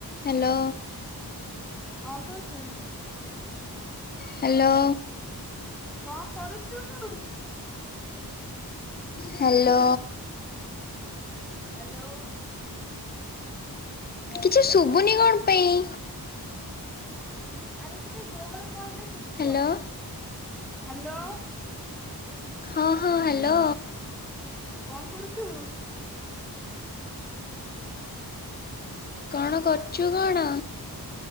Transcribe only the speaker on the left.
Hello.
ହାଲୋ।
ହାଲୋ।
କିଛି ଶୁଭୁନି କଣ ପାଇଁ?
ହ୍ୟାଲୋ
ହଁ ହଁ ହେ ଲୋ
କଣ କରୁଚୁ କଣ?